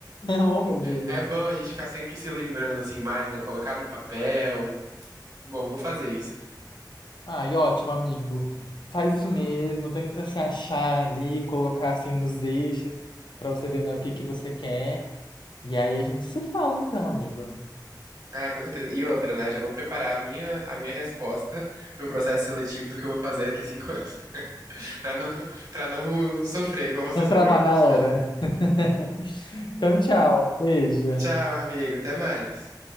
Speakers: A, on the left; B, on the right.
A: Oh, meu Deus.
B: É bom a gente ficar sempre se lembrando, assim, mais, né? Colocar no papel. Bom, vou fazer isso.
A: Ai, ótimo, amigo. Faz isso mesmo, tenta se achar ali, colocar assim nos eixos pra você ver, né, o que que você quer. E aí a gente se fala então, amigo.
B: Ah, com certeza. E outra, né? Já vou preparar a minha, a minha resposta para um processo seletivo do que eu vou fazer daqui a cinco anos. <laughs> Pra não, para não sofrer igual você
A: Não
B: sofreu
A: travar
B: um pouquinho.
A: na hora.
B: <laughs>
A: <laughs> Então, tchau. Beijo.
B: Tchau, amigo. Até mais.